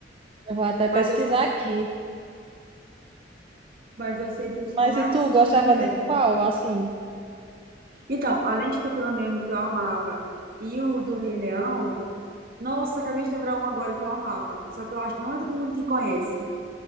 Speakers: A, on the right; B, on the right.
A: eu vou até
B: Mas
A: pesquisar
B: eu sei
A: aqui.
B: Mas eu sei que os que
A: Mas
B: eu mais
A: e tu
B: assistia.
A: gostava de qual? Assim,
B: Então, além de Procurando Nemo, que eu amava, e o do Rei Leão. Nossa, acabei de lembrar um agora que eu amava. Só que eu acho que não é todo mundo que conhece.